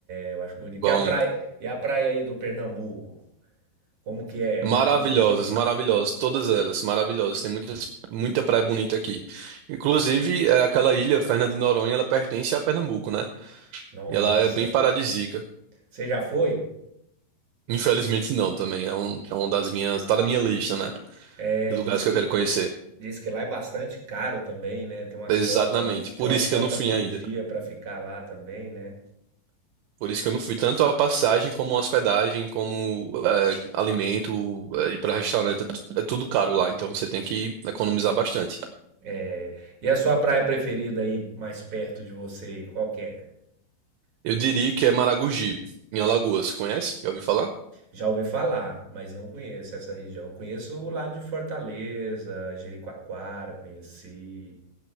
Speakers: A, on the right; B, on the right.
A: Eu acho bonito.
B: Igual
A: E a
B: a
A: praia,
B: Olinda.
A: e a praia aí do Pernambuco? Como que é?
B: Maravilhosas,
A: Conta pra gente.
B: maravilhosas, todas elas maravilhosas. Tem muitas, muita praia bonita aqui. Inclusive, é, aquela ilha, Fernando de Noronha, ela pertence a Pernambuco, né?
A: Nossa.
B: E ela é bem paradisíaca.
A: Você já foi?
B: Infelizmente não, também. É, um, é uma das minhas. Tá na minha lista, né?
A: É,
B: De lugares
A: diz
B: que
A: que
B: eu quero conhecer.
A: diz que lá é bastante caro também, né? Tem uma
B: Exatamente.
A: cota, tem
B: Por
A: uma
B: isso
A: cota
B: que eu não fui
A: por
B: ainda.
A: dia pra ficar lá também, né?
B: Por isso que eu não fui. Tanto a passagem, como a hospedagem, como é, alimento, é, ir pra restaurante. É, tu- é tudo caro lá. Então você tem que economizar bastante.
A: É, e a sua praia preferida aí mais perto de você, qual que é?
B: Eu diria que é Maragogi, em Alagoas. Conhece? Já ouviu falar?
A: Já ouvi falar, mas não conheço essa região. Eu conheço o lado de Fortaleza, Jericoacoara, conheci.